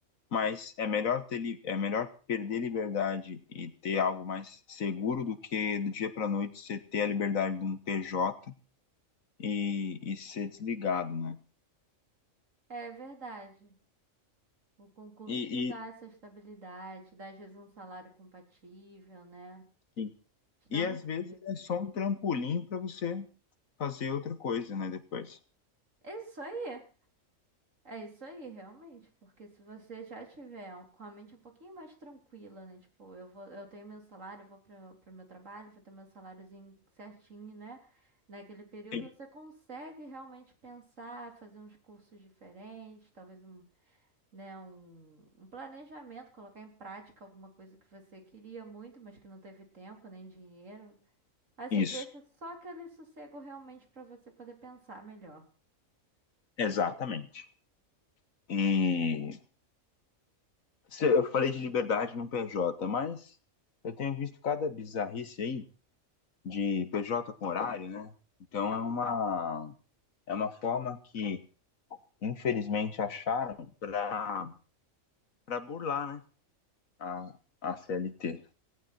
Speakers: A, on the left; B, on the right.
A: Mas é melhor ter, li- é melhor perder liberdade e ter algo mais seguro do que do dia para noite você ter a liberdade de um PJ e, e ser desligado, né?
B: É verdade. O concurso
A: E,
B: te
A: e,
B: dá essa estabilidade, te dá às vezes um salário compatível, né?
A: e,
B: Te dá
A: e
B: um
A: às
B: respiro.
A: vezes é só um trampolim para você fazer outra coisa, né, depois.
B: É Isso aí. É isso aí, realmente, porque se você já tiver com a mente um pouquinho mais tranquila, né? Tipo, eu vou, eu tenho meu salário, eu vou para o meu trabalho, vou ter meu saláriozinho certinho, né? Naquele período
A: Sim.
B: você consegue realmente pensar, fazer uns cursos diferentes, talvez um, né, um, um planejamento, colocar em prática alguma coisa que você queria muito, mas que não teve tempo nem dinheiro. Assim,
A: Isso,
B: às vezes só aquele sossego realmente para você poder pensar melhor.
A: exatamente. E se- eu falei de liberdade no PJ, mas eu tenho visto cada bizarrice aí de PJ com horário, né? Então é uma é uma forma que infelizmente acharam para burlar, né? A, a CLT.